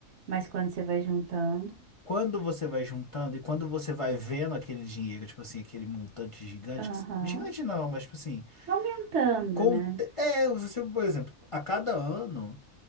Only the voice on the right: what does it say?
Mas quando você vai juntando.
Aham.
Aumentando,
né?